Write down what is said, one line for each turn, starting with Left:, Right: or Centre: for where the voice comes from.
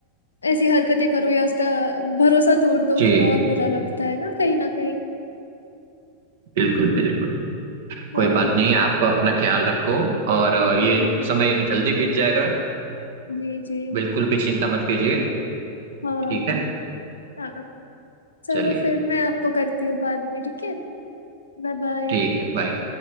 Left: ऐसी हरकतें करो या उसका भरोसा तोड़ दो
Right: जी
Left: फिर और बुरा लगता है ना कहीं ना कहीं
Right: बिल्कुल बिल्कुल कोई
Left: हाँ
Right: बात नहीं आप अपना ख्याल रखो और
Left: जी
Right: ये समय जल्दी बीत जाएगा
Left: जी जी
Right: बिल्कुल भी चिंता मत कीजिए
Left: हाँ
Right: ठीक है
Left: हाँ चलो
Right: चलिए
Left: फिर मैं आपको करती हूँ बाद में ठीक है Bye bye
Right: ठीक है बाय